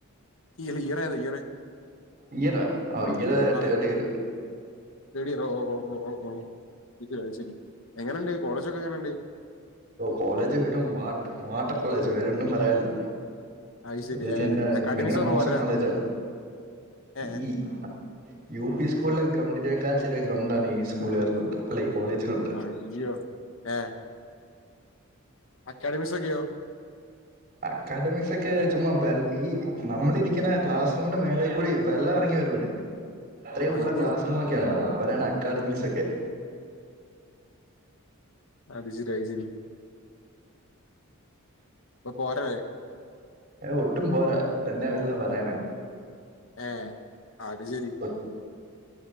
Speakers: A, on the left; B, on the right.
A: ഇല്ല ഇയർ ഏതാ ഇയർ
B: ഇയറ ആഹ് ഇയർ
A: ആ
B: തേഡ് ഇയർ
A: തേർഡ് ഇയർ ഓ ഓ ഓ അയ്ഷരി എങ്ങനെയണ്ട് കോളേജ് ഒക്കെ എങ്ങനെയുണ്ട്?
B: കോളേജ് വരും വട്ട കോളേജ് വരെ ഒന്നും പറയാനില്ല
A: അത് ശരി
B: കൊളജ
A: ഏ
B: എണ്ട
A: അക്കാഡമിക്സ്
B: ഭയങ്കര
A: ഒന്നും
B: മോശം
A: പോരാ
B: കോളേജാണ് ഈ
A: ഏ
B: യു പി സ്കൂള ഗ്രൗണ്ടിനേക്കാൾ ചെറിയ ഗ്രൗണ്ടണ്ണ് ഈ സ്കൂള്കാർക്ക അല്ല ഈ കോളേജിനുള്ളത്
A: അയ്യോ ഏ അക്കാഡമിക്സ് ഒക്കെയോ
B: അക്കാഡമിക്സ് ഒക്കെ ചുമ്മാ വെ ഈ നമ്മളിരിക്കുന്ന ക്ലാസ് റൂമിന്റെ മേളേൽ കൂടി വെള്ളം ഇറങ്ങി വരൂണേ അത്രയും
A: അയ്യോ
B: ഊള്ള ക്ലാസ്റൂ ഒക്കെയാണ് അവിടെ അപ്പരാണ് അക്കാഡമിക്സ് ഒക്കെ
A: അത്ശരി അയ്ശരി ബോർ
B: ഏ ഒട്ടും പോരാ തന്നെ വല്ല പറയണ
A: ഏ അത് ശരി
B: ഒ-